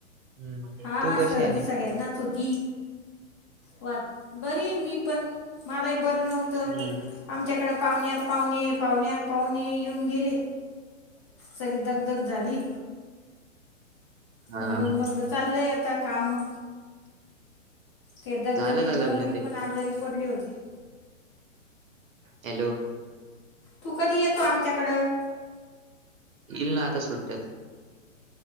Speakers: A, on the right; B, on the left.
A: हम्म
B: हा
A: तू कशी
B: सर्दी
A: आहे आणि
B: सगळ्यांनाच होती. वाट बरी ये मी पण मलाही बरं नव्हतं.
A: हम्म
B: आच्याकडे पावण्यार पावणे पावण्यार पावणे येऊन गेले सगळे दगदग झाली.
A: हा
B: म्हणून मग चाललंय आता काम ते दगदगीमुळं
A: झालं का लग्न
B: मी
A: ते
B: पण आजारी पडले होते
A: हॅलो
B: तू कधी येतो आमच्याकडं
A: इल आता सुटत